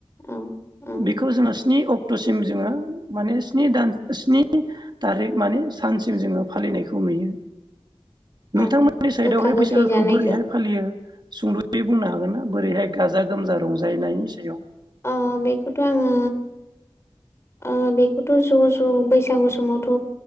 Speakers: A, on the left; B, on the right.
A: औ औ
B: बेखौ जोङो स्नि अक्ट'सिम जोङो माने स्नि दान स्नि तारिख माने सानसिम जोङो फालिनायखौ नुयो।
A: औ
B: नोंथांमोननि साइडआवहाय
A: गोखा गोखै
B: बैसागोखौ
A: जानायखौ
B: बोरैहाय <unintelligible> सुंद'यै बुंनो हागोन ना बोरैहाय गाजा गोमजा रंजायनायनि सायाव!
A: ओ बेखौथ' आङो ओ बेखौथ' ज' ज' बैसागु समावथ'